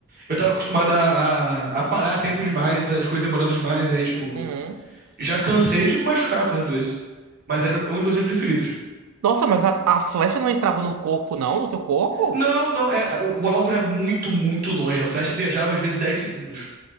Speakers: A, on the right; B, on the right.
A: eu tava acostumado a, a, a parar tempo demais e fazer as coisas demorando demais. E aí, tipo,
B: Uhum.
A: já cansei de me machucar fazendo isso. Mas era um dos meus treinos preferidos.
B: Nossa, mas a, a flecha não entrava no corpo, não? No teu corpo?
A: Não, não, era, o, o alvo era muito, muito longe. A flecha viajava às vezes 10 segundos.